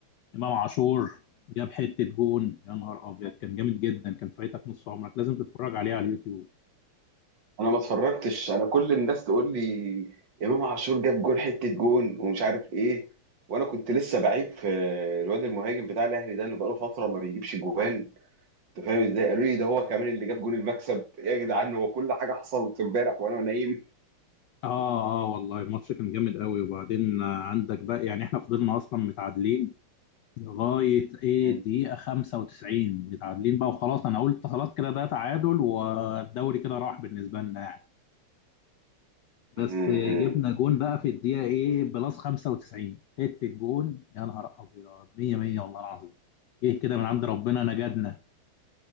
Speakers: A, on the left; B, on the right.
A: امام عاشور جاب حتة جون يا نهار ابيض كان جامد جدا كان فايتك نص عمرك لازم تتفرج عليه على اليوتيوب
B: انا ما اتفرجتش انا كل الناس تقول لي امام عاشور جاب جون حته جون ومش عارف ايه وانا كنت لسه بعيب في الواد المهاجم بتاع الاهلي ده اللي بقاله فتره ما بيجيبش جوان انت فاهم ازاي قالوا لي ده هو كمان اللي جاب جون المكسب يا جدعان هو كل حاجه حصلت امبارح وانا نايم
A: اه اه والله الماتش كان جامد قوي وبعدين آه، عندك بقى يعني احنا فضلنا اصلا متعادلين لغايه ايه
B: م-
A: دقيقه 95 متعادلين بقى وخلاص انا قلت خلاص كده ده تعادل والدوري كده راح بالنسبه لنا يعني بس
B: م-
A: آه،
B: م.
A: جبنا جون بقى في الدقيقه ايه بلس 95 حته جون يا نهار ابيض 100 100 والله العظيم ايه كده من عند ربنا نجدنا